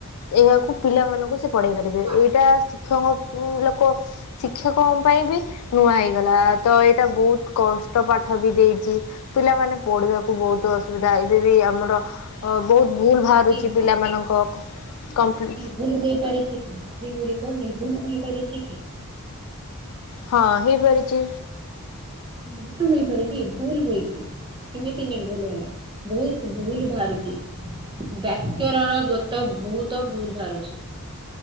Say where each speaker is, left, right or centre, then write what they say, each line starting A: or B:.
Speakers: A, on the left; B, on the right.
A: ଏହାକୁ ପିଲାମାନଙ୍କୁ ସେ ପଢେଇ ପାରିବେ।
B: ହଁ
A: ଏଇଟା ଶିକ୍ଷକଙ୍କୁ ଲେ କୋ ଶିକ୍ଷକ ପାଇଁ ବି ନୂଆ ହେଇଗଲା ତ ଏଇଟା ବୋହୁତ କଷ୍ଟ ପାଠ ବି ଦେଇଚି। ପିଲାମାନେ ପଢିବାକୁ ବୋହୁତ ଅସୁବିଧା ଏବେ ବି ଆମର
B: ଆଚ୍ଛା।
A: ଆ ବୋହୁତ ଭୁଲ ବାହାରୁଚି
B: ନିର୍ଭୁଲ
A: ପିଲାମାନଙ୍କ କ କମ୍ପି
B: ଭୁଲ ହେଇ ପାରିଛି କି? ବହି ଗୁଡିକ ନିର୍ଭୁଲ ହେଇପାରିଛି କି?
A: ହଁ ହେଇପାରିଚି।
B: ନିର୍ଭୁଲ ହୋଇପାରିଚି ଭୁଲ ହୋଇଚି। କେମିତି ନିର୍ଭୁଲ ହେଲା? ବୋହୁତ ଭୁଲ ଭାରୁଚି। ବ୍ୟାକରଣ ଗୋତ ବୋହୁତ ଭୁଲ ଭାହାରୁଛି।